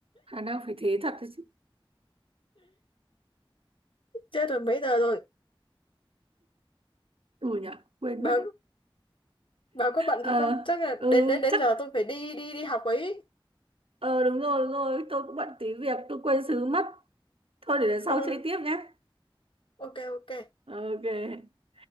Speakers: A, on the right (about 85°); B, on the left (about 65°).
A: khả năng phải thế thật đấy chứ
B: chết rồi mấy giờ rồi
A: ừ nhỉ quên
B: bà
A: mất đấy
B: bà có bận
A: ờ
B: thì không chắc là
A: ừ
B: đến đến đến
A: chắc
B: giờ tôi phải đi đi đi học ấy
A: ờ đúng rồi đúng rồi tôi cũng bận tí việc tôi quên xứ mất thôi để lần sau
B: ừ
A: chơi tiếp nhé
B: ok ok
A: ok